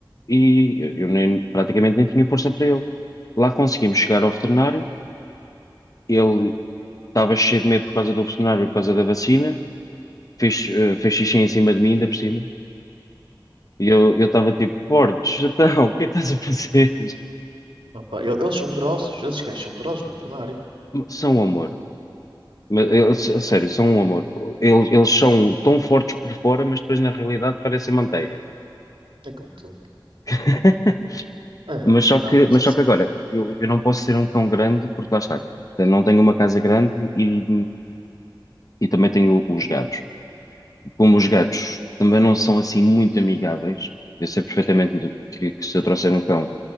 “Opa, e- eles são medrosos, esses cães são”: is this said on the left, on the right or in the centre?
Right